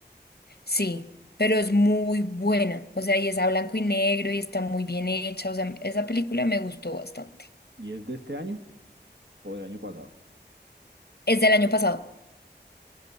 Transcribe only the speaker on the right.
¿Y es de este año o del año pasado?